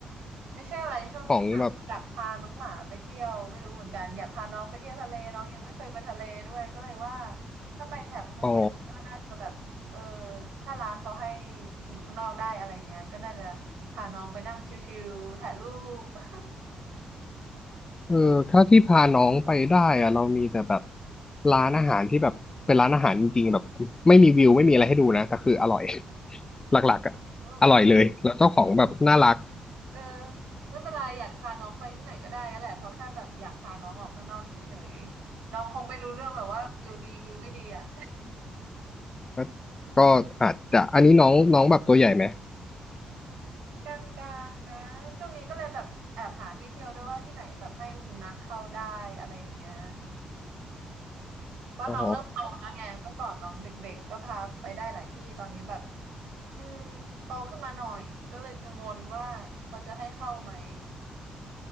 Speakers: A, on the right; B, on the left.
A: ไม่ใช่อะไรช่วงนี้แบบอยากพาน้องหมาไปเที่ยวไม่รู้เหมือนกันอยากพาน้องไปเที่ยวทะเลน้องยังไม่เคยไปทะเลด้วยก็เลยว่า
B: ของแบบ
A: ถ้าไปแถบพัทยาก็น่าจะแบบเออ
B: อ๋อ
A: ถ้าร้านเขาให้อยู่ข้างนอกได้อะไรเงี้ยก็น่าจะพาน้องไปนั่งชิลๆถ่ายรูป <laughs>
B: เออถ้าที่พาน้องไปได้อะเรามีแต่แบบร้านอาหารที่แบบเป็นร้านอาหารจริงๆแบบไม่มีวิวไม่มีอะไรให้ดูนะแต่คืออร่อย <laughs> หลักๆอะอร่อยเลยแล้วเจ้าของแบบน่ารัก
A: เออไม่เออไม่เป็นไรอยากพาน้องไปที่ไหนก็ได้ก็แหละเพราะแค่แบบอยากพาน้องออกข้างนอกเฉยๆน้องคงไม่รู้เรื่องหรอกว่าวิวดีวิวไม่ดีอ่ะ
B: ก็ก็อาจจะอันนี้น้องน้องแบบตัวใหญ่ไหม
A: กลางๆนะช่วงนี้ก็เลยแบบแอบหาที่เที่ยวด้วยว่าที่ไหนแบบให้สุนัขเข้าได้อะไรอย่างเงี้ยเพราะน้องเริ่มโตแล้วไงเมื่อก่อนน้องเด็กๆก็พาไปได้หลายที่ตอนนี้แบบ
B: อ๋อ
A: อืมโตขึ้นมาหน่อยก็เลยกังวลว่าเขาจะให้เข้าไหม